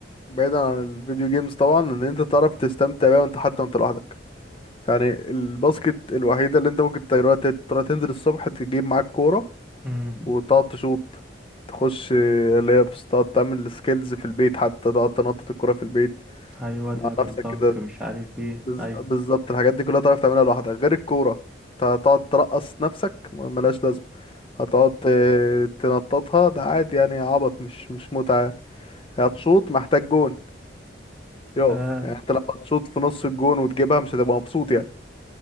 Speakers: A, on the left; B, in the centre.
A: بعيدا عن الفيديو جيمز طبعا ان انت تعرف تستمتع بيها وانت حتى وانت لوحدك يعني الباسكت الوحيدة اللي انت ممكن تروح ت- تروح تنزل الصبح تجيب معاك كورة
B: امم
A: وتقعد تشوط تخش لابس تقعد تعمل سكيلز في البيت حتى تقعد تنطط الكورة في البيت
B: ايوه
A: مع
B: تعمل
A: نفسك
B: دنك
A: كده
B: مش عارف ايه
A: بز-
B: ايوه
A: بالظبط الحاجات دي كلها تعرف تعملها لوحدك غير الكورة انت هتقعد ترقص نفسك ملهاش لازمة هتقعد ت- تنططها ده عادي يعني عبط مش مش متعة يعني هتشوط محتاج جون يقف
B: آه
A: يعني انت لما تشوط في نص الجون وتجيبها مش هتبقى مبسوط يعني